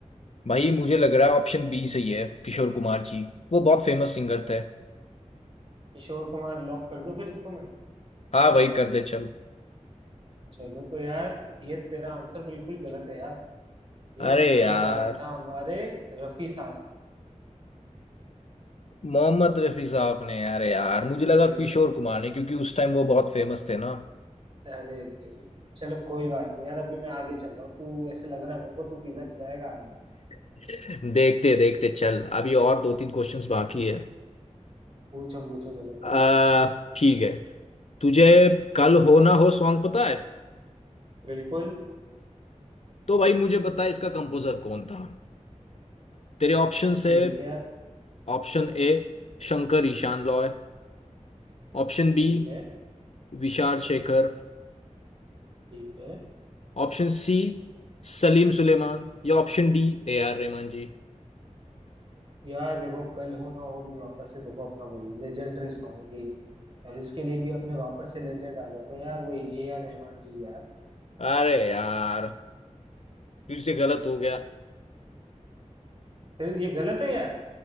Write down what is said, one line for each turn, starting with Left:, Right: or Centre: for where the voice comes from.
Left: भाई मुझे लग रहा है ऑप्शन बी सही है किशोर कुमार जी वो बहुत फेमस सिंगर थे
Right: किशोर कुमार लॉक कर दूं फिर इसको मैं
Left: हाँ भाई कर दे चल
Right: चलो तो यार ये तेरा आंसर बिल्कुल गलत है यार ये
Left: अरे
Right: गाना
Left: यार
Right: गाया था हमारे रफी साहब
Left: मोहम्मद रफी साहब ने अरे यार मुझे लगा
Right: बिल्कुल
Left: किशोर कुमार ने क्योंकि उस टाइम वो बहुत फेमस थे ना
Right: अरे नहीं यार। चलो कोई बात नहीं यार अभी मैं आगे चल रहा हूँ तू ऐसे लग रहा है मेरे को तू पिज्जा खिलाएगा आज
Left: <laughs> देखते देखते चल अभी और दो तीन क्वेश्चंस बाकी है
Right: पूछो पूछो चलो पूछो
Left: आ, ठीक है तुझे कल हो ना हो सॉन्ग पता है
Right: बिल्कुल
Left: तो भाई मुझे बता इसका कंपोजर कौन था तेरे ऑप्शन है
Right: ठीक है
Left: option A Shankar Ehsaan Loy option B
Right: ठीक है
Left: Vishal Shekhar
Right: ठीक है
Left: option C Salim Sulaiman या option D A R Rahman ji
Right: यार देखो कल हो ना हो भी वापस से देखो अपना वही लेजेंडरी सॉन्ग ही है और इसके लिए भी अपने वापस से लेजेंड आ जाते हैं यार वही ए आर रहमान जी यार
Left: अरे यार तुझसे गलत हो गया
Right: फिर ये गलत है यार